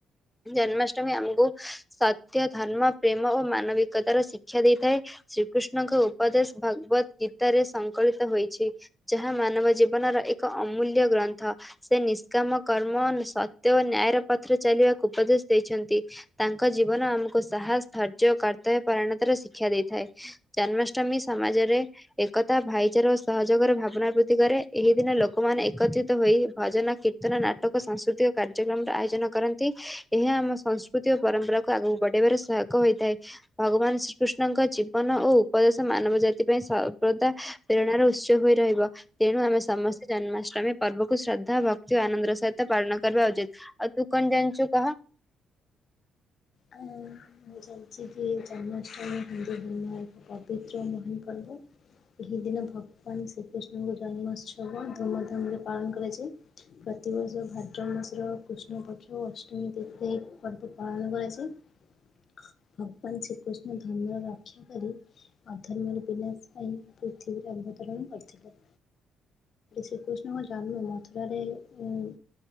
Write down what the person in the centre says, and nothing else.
ଜନ୍ମାଷ୍ଟମୀ ଆମକୁୁ ସତ୍ୟ ଧର୍ମ ପ୍ରେମ ଓ ମାନବିକତାର ଶିକ୍ଷା ଦେଇଥାଏ। ଶ୍ରୀକୃଷ୍ଣଙ୍କ ଉପଦେଶ ଭଗବତ ଗୀତରେ ସଂକଳିତ ହୋଇଛି। ଯାହା ମାନବ ଜୀବନର ଏକ ଅମୂଲ୍ୟ ଗ୍ରନ୍ଥ। ସେ ନିଷ୍କାମ କର୍ମ ସତ୍ୟ ଓ ନ୍ୟାୟର ପଥର ଚାଲିବାକୁ ଉପଦେଶ ଦେଇଛନ୍ତି। ତାଙ୍କ ଜୀବନ ଆମକୁ ସାହସ ଧୈର୍ଯ୍ୟ ଓ କର୍ତ୍ତବ୍ୟ ପରାଣତାର ଶିକ୍ଷା ଦେଇଥାଏ। ଜନ୍ମାଷ୍ଟମୀ ସମାଜରେ ଏକତା ଭାଇଚାରା ଓ ସହଯୋଗର ଭାବନା ବୃଦ୍ଧି କରେ ଏହି ଦିନ ଲୋକମାନେ ଏକତ୍ରିତ ହୋଇ ଭଜନ କୀର୍ତ୍ତନ ନାଟକ ସାଂସ୍କୃତିକ କାର୍ଯ୍ୟକ୍ରମର ଆୟୋଜନ କରନ୍ତି। ଏହା ଆମ ସଂସ୍କୃତି ଓ ପରମ୍ପରାକୁ ଆଗକୁ ବଢେଇବାରେ ସହାୟକ ହୋଇଥାଏ। ଭଗବାନ ଶ୍ରୀକୃଷ୍ଣଙ୍କ ଜୀବନ ଓ ଉପଦେଶ ମାନବ ଜାତି ସେଥିପାଇଁ ସର୍ବଦା ପ୍ରେରଣାର ଉତ୍ସ ହୋଇ ରହିବ ତେଣୁ ଆମେ ସମସ୍ତେ ଜନ୍ମାଷ୍ଟମୀ ଆମେ ପର୍ବକୁ ଶ୍ରଦ୍ଧା ଭକ୍ତି ଓ ଆନନ୍ଦର ସହିତ ପାଳନ କ କରିବା ଉଚିତ ଆଉ ତୁ କଣ ଜାଣିଚୁ କହ।